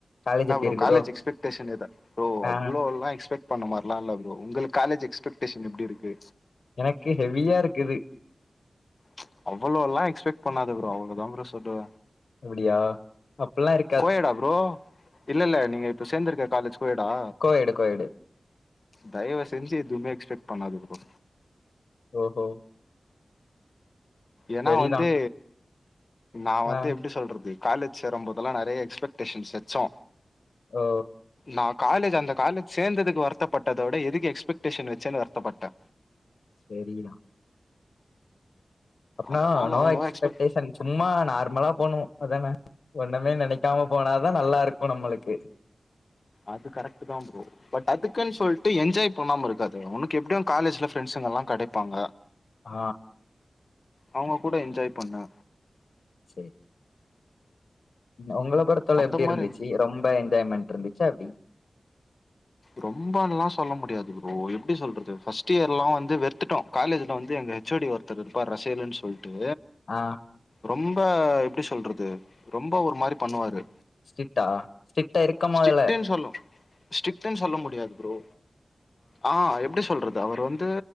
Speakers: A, on the left; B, on the left.
A: காலேஜ்
B: என்ன
A: எப்டி
B: ப்ரோ
A: இருக்கு
B: காலேஜ் எக்ஸ்பெக்டேஷன் எத ப்ரோ
A: ஆ
B: அவ்ளோல்லா எக்ஸ்பெக்ட் இப்ப அந்த மார்லா இல்ல ப்ரோ உங்களுக்கு காலேஜ் எக்ஸ்பெக்டேஷன் எப்டி இருக்கு
A: எனக்கு ஹெவியா இருக்குது
B: ம்ச் அவ்வளோலா எக்ஸ்பெக்ட் பண்ணாத ப்ரோ அவ்ளோதா ப்ரோ சொல்லுவ
A: அப்படியா அப்பல்லா இருக்
B: கோ எட் ஆ ப்ரோ இல்ல இல்ல நீங்க இப்ப சேந்திருக்க காலேஜ் கோ எட் ஆ
A: கோயடு கோயடு
B: தயவு செஞ்சு எதுவுமே எக்ஸ்பெக்ட் பண்ணாத ப்ரோ
A: ஓஹோ
B: ஏன்னா
A: செரிதா
B: வந்து நா வந்து
A: ஆ
B: எப்டி சொல்றது காலேஜ் சேரும்போதெல்லா நறைய எக்ஸ்பெக்டேஷன்ஸ் வச்சோ
A: ஓ
B: நா காலேஜ் அந்த காலேஜ் சேந்ததுக்கு வருத்தப்பட்டதோட எதுக்கு எக்ஸ்பெக்டேஷன் வச்சேன்னு வருத்தப்பட்டே
A: செரிதா அப்பனா
B: அதனால
A: நோ
B: அவ்ளோவா
A: எக்ஸ்பெக்டேஷன்
B: எக்ஸ்பெக்ட்
A: சும்மா நார்மலா போனு அதானே ஒண்ணுமே நெனைக்காம போனாதா நல்லாருக்கு நம்மளுக்கு
B: அது கரெக்ட்டு தா ப்ரோ பட் அதுக்குன்னு சொல்லிட்டு என்ஜாய் பண்ணாம இருக்காதிங்க உனக்கு எப்டியு காலேஜ்ல ஃப்ரெண்ட்ஸுங்க எல்லா கெடப்பாங்க
A: ஆ
B: அவுங்க கூட என்ஜாய் பண்ணு
A: செரி உங்கள பொறுத்தல
B: அந்த
A: எப்டி இருந்துச்சு
B: மாரி
A: ரொம்ப என்ஜாய்மென்ட் இருந்துச்சா எப்டி
B: ரொம்பல்லா சொல்ல முடியாது ப்ரோ எப்டி சொல்றது ஃபர்ட் இயர்ல்லா வந்து வெறுத்துட்டோ காலேஜ்ல வந்து எங்க ஹச் ஓ டி ஒருத்தர் இருப்பா ரசீலுன் சொல்லிட்டு
A: ஆ
B: ரொம்ப எப்டி சொல்றது ரொம்ப ஒரு மாரி பண்ணுவாரு
A: ஸ்ட்ரிக்டா ஸ்டிட்டா இருக்கம் மொதல
B: ஸ்ட்ரிக்ட்ன்னு சொல்லு ஸ்ட்ரிக்ட்ன்னு சொல்ல முடியாது ப்ரோ ஆ எப்டி சொல்றது அவர் வந் து